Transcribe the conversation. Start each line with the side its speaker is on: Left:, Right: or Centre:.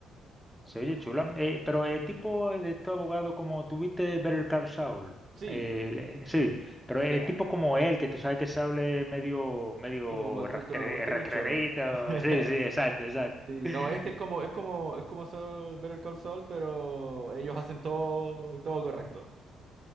Centre: Se oye chula, Eh, pero es tipo de este abogado como tuviste Better Call Saul.
Right: Sí,
Centre: Eh, le- sí, pero es
Right: ya.
Centre: tipo como él, que tú sabes que Saul es medio, medio
Right: Como motutro,
Centre: rastre-
Right: como trucho.
Centre: rastrerito.
Right: <laughs>
Centre: Sí, sí, exacto, exacto.
Right: Sí,
Centre: <laughs>
Right: no, este es como, es como, es como Saul- Better Call Saul, pero ellos hacen todo, todo correcto.